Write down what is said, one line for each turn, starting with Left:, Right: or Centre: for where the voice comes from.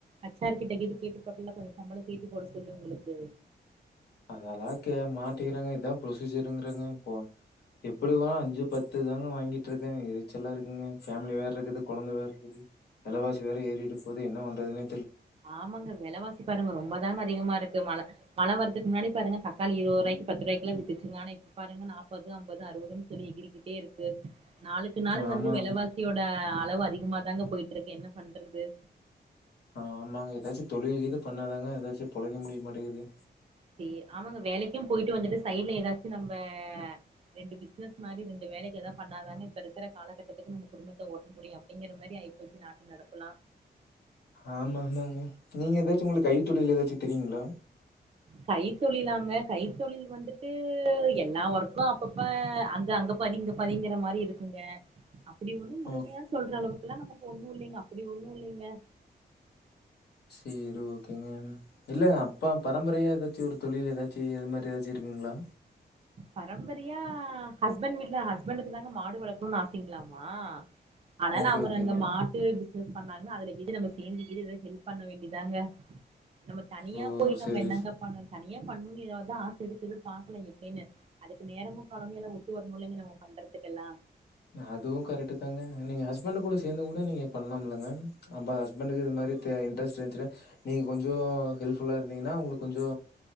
Right: அச்சார் கிட்ட கேட்டு கேட்டு பாக்லால சம்பளம் ஏத்தி போட சொல்லி உங்களுக்கு
Left: அதெல்லா கே மாட்டிகிறாங்க இதா ப்ரொசீஜருங்கறாங்க போ எப்டிவா அஞ்சு பத்து தாங்க வாங்கிட்ருக்கே எரிச்சலா இருக்குங்க ஃபேமிலி வேற இருக்குது கொழந்த வேற இருக்குது வெளவாசி வேர ஏறிட்டு போது என்ன பன்றதுனே
Right: ஆமாங்க வெலவாசி பாருங்க ரொம்ப தாங்க அதிகமா இருக்கு மல மல வரதுக்கு முன்னாடி பாருங்க தக்காளி இருவரூாவாய்கு பத்து ரூவாய்குலா வித்துட்ருந்தானே ஆனா இப்ப பாருங்க நாப்பது அம்பது அறுவதுனு சொல்லி எகிரிகிட்டே இருக்கு நாளுக்கு நாள்
Left: ஆமா
Right: வந்து வெலவாசியோட
Left: ஆமா.
Right: அளவு அதிகமா தாங்க போய்ட்ருக்கு என்ன பண் வருது
Left: ஆ ஆமாங்க ஏதாச்சு தொழில் கிது பண்ணாதாங்க ஏதாச்சு பொழைக்க முடியு மாட்டேங்கிது
Right: செரி ஆமாங்க வேலைக்கு போய்ட்டு வந்துட்டு சைட்ல ஏதாச்சு நம்ம ரெண்டு பிசினெஸ் மாரி ரெண்டு வேலைக்கு ஏதாவ் பண்ணாதாங்க இப்ப இருக்கிற காலகட்டத்துக்கு நம்ம குடும்பத்த ஓட்ட முடியு அப்டிங்கிற மாரி ஆய்ப்போச்சு நாட்டு நடப்புலா
Left: ஆமாமாங்க நீங்க ஏதாச்சு உங்ளுக்கு கைத்தொழில் ஏதாச்சு தெரியுங்ளா
Right: கைத் தொலிலாங்க கைத்தொழில் வந்துட்டு எல்லா வொர்க்கு அப்பப்ப அந் அங்க பாதி இங்க பாதிங்கற மாரி இருக்குங்க அப்டி ஒந்னு முழுமையா
Left: ஓ
Right: சொல்ற அளவுக் எல்லா நமக்கு ஒண்ணும் இல்லிங்க அப்டி ஒண்ணும் இல்லிங்க
Left: செரி ஓகேங்கன் இல்ல எ அப்பா பாத் பரம்பரையா ஏதாச்சும் ஒரு தொழில் ஏதாச்சு இது மாரி ஏதாச்சும் இருக்குங்ளா
Right: பரம்பரியா ஹஸ்பண்ட் வீட்ல ஹஸ்பண்டுக்கு தாங்க மாடு வளக்கணும்னு ஆசைங்களாமா ஆனால
Left: ஓகே
Right: அவுங் அவர்
Left: ஓகேங்க
Right: அந்த மாட்டு மிஸ் பண்ணாங்னா அதுல இது நம்ம சேந்து இது இது ஹெல்ப் பண்ண வேண்டியதாங்க நம்ம தனியா
Left: ஓ
Right: போய் நம்ம
Left: சேரி
Right: என்னங்க
Left: சே
Right: பண்ணுனு தனியா பண்ணுன்னு எதாவது ஆச இருக்குது பாக்லா எப் அப்டின்னு அதுக்கு நேரமு காலமு எல்லா ஒத்து வரணுலங்க நம்ம பண்றதுக்கெல்லா
Left: அதுவும் கரெக்டுதாங்க நீங்க ஹஸ்பண்ட் கூட சேந்தும் கூட நீங்க பண்ணலாம்லங்க நம்ப ஹஸ்பண்டுக்கு இது மாரி த இன்ட்ரெஸ்ட் இருந்துச்சு நீங்க கொஞ்சோ ஹெல்ப்ஃபுல்லா இருந்தீங்கன்னா உங்ளுக் கொஞ்சோ